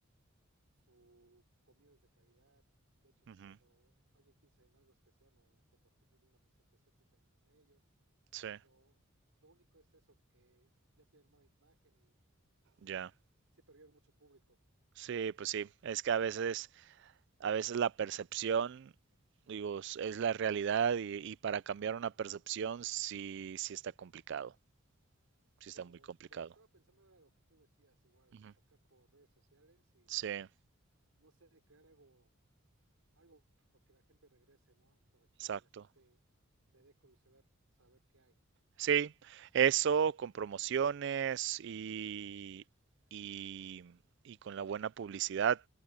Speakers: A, on the right; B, on the right.
A: su comida es de calidad. De hecho,
B: Ujú,
A: cuando alguien piensa en algo especial o compartir una pizza especial, piensan en ellos.
B: Sí,
A: Lo, lo único es eso, que ya tienen mala imagen y
B: ya.
A: sí perdieron mucho público.
B: Sí, pues sí. Es que a veces, a veces la percepción, digo, es es la realidad y, y para cambiar una percepción sí, sí está complicado. Sí
A: Lo,
B: está muy complicado.
A: lo que estaba pensando era lo que tú decías, igual,
B: Ujú,
A: atacar por redes sociales y,
B: Sí,
A: no sé, crear algo Algo para que la gente regrese, ¿no? Para que
B: exacto.
A: la gente le dé curiosidad saber qué hay.
B: Sí, eso con promociones y, y, y con la buena publicidad.